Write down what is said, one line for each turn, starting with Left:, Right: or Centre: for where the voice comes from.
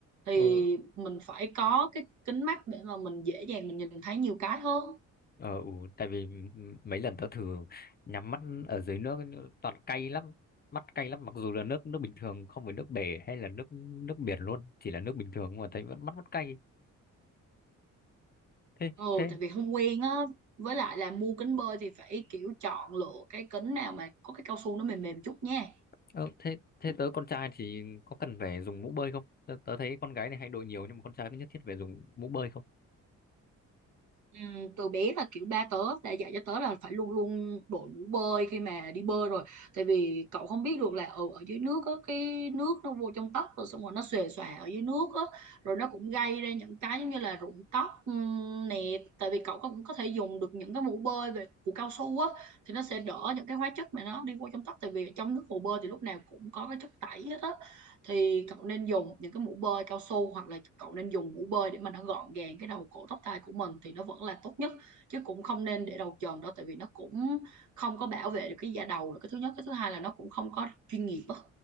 Right: thì
Left: Ừ.
Right: mình phải có cái kính mắt để mà mình dễ dàng mình nhìn thấy nhiều cái hơn
Left: Ờ, ừ, tại vì m- mấy lần tớ thử nhắm mắt ở dưới nước toàn cay lắm, mắt cay lắm mặc dù là nước nước bình thường không phải nước bể hay là nước nước biển luôn, chỉ là nước bình thường mà thấy vẫn mắt mắt cay. Thế
Right: Ừ,
Left: thế
Right: tại vì không quen á với lại là mua kính bơi thì phải kiểu chọn lựa cái kính nào mà có cái cao su nó mềm mềm chút nha
Left: ờ, thế thế tớ con trai thì có cần phải dùng mũ bơi không? Tớ, tớ thấy con gái này hay đội nhiều nhưng mà con trai có nhất thiết phải dùng mũ bơi không?
Right: Ừm, từ bé là kiểu ba tớ đã dạy cho tớ là phải luôn luôn đội mũ bơi khi mà đi bơi rồi tại vì cậu không biết được là ở ở dưới nước á cái nước nó vô trong tóc rồi xong rồi nó xòe xòa ở dưới nước á rồi nó cũng gây ra những cái giống như là rụng tóc ừm, nè tại vì cậu cũng có thể dùng được những cái mũ bơi về của cao su á thì nó sẽ đỡ những cái hóa chất mà nó đi vô trong tóc tại vì trong nước hồ bơi thì lúc nào cũng có cái chất tẩy hết á thì cậu nên dùng những cái mũ bơi cao su hoặc là cậu nên dùng mũ bơi để mà nó gọn gàng cái đầu cổ tóc tai của mình thì nó vẫn là tốt nhất chứ cũng không nên để đầu trần đó tại vì nó cũng không có bảo vệ được cái da đầu là cái thứ nhất cái thứ hai là nó cũng không có chuyên nghiệp á.